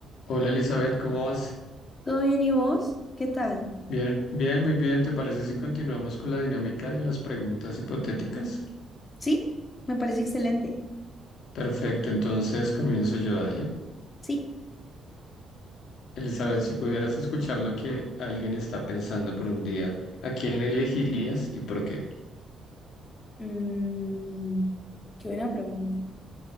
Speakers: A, on the left (about 70°); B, on the left (about 30°).
A: Hola Elizabeth, ¿cómo vas?
B: ¿Todo bien y vos? ¿Qué tal?
A: Bien, bien, muy bien. ¿Te parece si continuamos con la dinámica de las preguntas hipotéticas?
B: Sí, me parece excelente.
A: Perfecto, entonces comienzo yo, dale.
B: Sí.
A: Elizabeth, si pudieras escuchar lo que alguien está pensando por un día, ¿a quién elegirías y por qué?
B: Mm, qué buena pregunta.